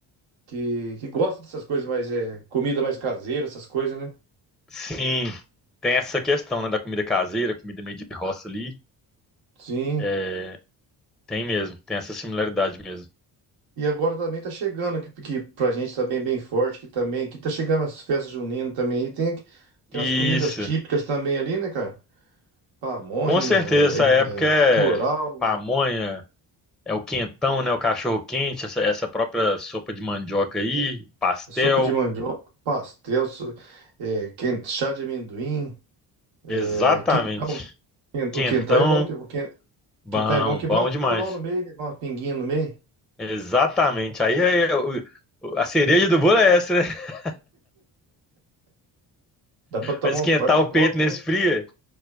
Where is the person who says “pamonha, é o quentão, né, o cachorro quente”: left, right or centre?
Centre